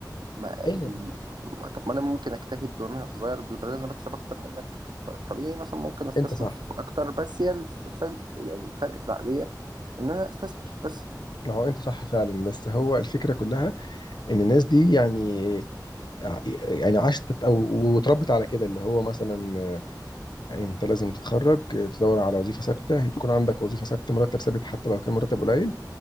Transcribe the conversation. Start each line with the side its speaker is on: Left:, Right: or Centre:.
Right: ما
Left: ايوه
Right: ال... ما- طب ما انا ممكن اجتهد وانا في صغير بالبدل انا بكسب اكتر منك فطبيعي مثلا ممكن استثمر
Left: انت صح
Right: في اكتر بس هي الف... فل- يعني الفرق في العقلية ان انا استثمر بس
Left: ما هو انت صح فعلا بس هو الفكره كلها ان الناس دي يعني يعني عشت تت- او واتربت على كده اللي هو مثلا آه، انت لازم تتخرج آه، تدور على وظيفه ثابته يكون عندك وظيفه ثابته مرتب ثابت حتى لو كان مرتب قليل